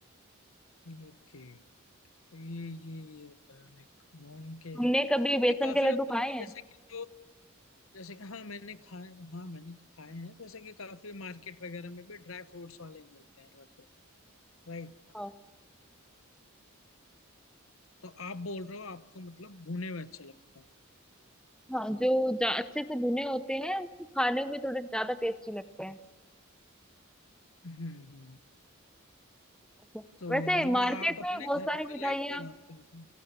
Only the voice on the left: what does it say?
ओके तो ये ये ये होता है लाइक भून के
नहीं
काफी
लोग
तो
अपने
जैसे कि जो जैसे कि- हाँ मैंने खाए हाँ मैंने खाए हैं जैसे कि काफी मार्केट वगैरह में भी ड्राई फ्रूट्स वाले ही मिलते हैं लड्डू राइट
तो आप बोल रहे हो आपको मतलब भुने हुए अच्छे लगते हैं
हम्म हम्म
तो
मतलब
आप अपने
घर
में
लाइक बनाते हो